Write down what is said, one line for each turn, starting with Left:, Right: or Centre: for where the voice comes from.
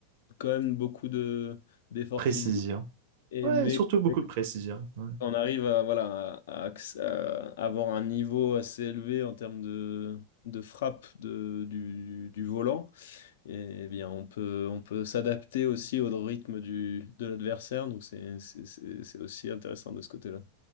Left: quand même beaucoup de, d'efforts
Right: Précision.
Left: physiques. Et,
Right: Ouais,
Left: mais,
Right: surtout beaucoup
Left: mais quand
Right: de précision. Ouais.
Left: on arrive à, voilà, à, à acc- à avoir un niveau assez élevé en termes de, de frappe de, du, du volant, eh bien, on peut, on peut s'adapter aussi au rythme du, de l'adversaire. Donc, c'est c'est- c'est- c'est aussi intéressant de ce côté-là.